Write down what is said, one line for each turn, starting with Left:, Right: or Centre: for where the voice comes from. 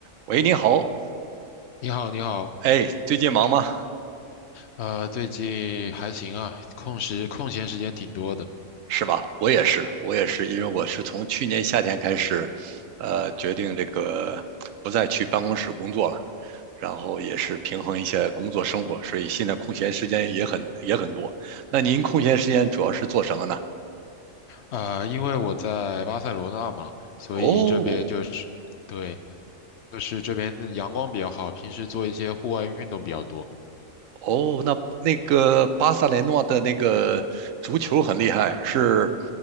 Right: 喂，您好，
Left: 你好，你好，
Right: 哎，最近忙吗？
Left: 呃，最近还行啊，空时空闲时间挺多的，
Right: 是吧？我也是，我也是，因为我是从去年夏天开始，呃，决定这个不再去办公室工作了，然后也是平衡一些工作生活，所以现在空闲时间也很也很多。那您空闲时间主要是做什么呢？
Left: 呃，因为我在巴塞罗那嘛，所以这边就是，
Right: 哦
Left: 对，就是这边的阳光比较好，平时做一些户外运动比较多。
Right: 哦，那那个巴塞雷诺的那个足球很厉害，是